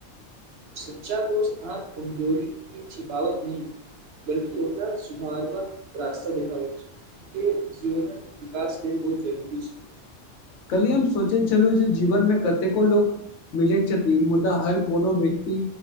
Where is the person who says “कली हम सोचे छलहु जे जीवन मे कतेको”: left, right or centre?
Left